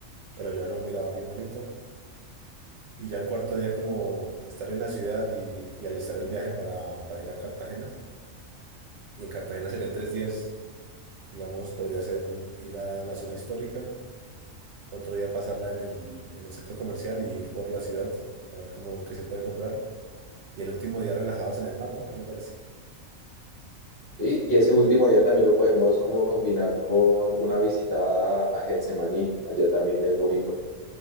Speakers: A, on the right; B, on the left.
A: que lo llevan a un mirador bien bonito. Y ya el cuarto día como estar en la ciudad y, y alistar el viaje para, para ir a Cartagena. Y en Cartagena serían tres días, digamos, podría ser ir a la zona histórica otro día pasarla en el, en el centro comercial y ir por la ciudad a ver cómo qué se puede comprar. Y el último día relajados en el mar, ¿no? ¿Qué le parece?
B: Sí, Y, ese último día también lo podemos como combinar con una visita a Getsemaní, allá también es bonito.